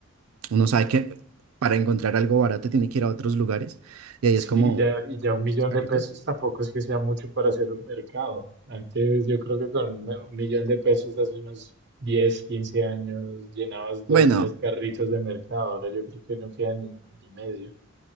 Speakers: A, on the right; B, on the right.
A: uno sabe que para encontrar algo barato tiene que ir a otros lugares, y ahí
B: Sí,
A: es como...
B: ya, y ya un millón
A: Esos caritos.
B: de pesos tampoco es que sea mucho para hacer un mercado. Antes yo creo que con un me- un millón de pesos hace unos 10, 15 años llenabas dos,
A: Bueno,
B: tres carritos de mercado. Ahora yo creo que no queda ni, ni medio.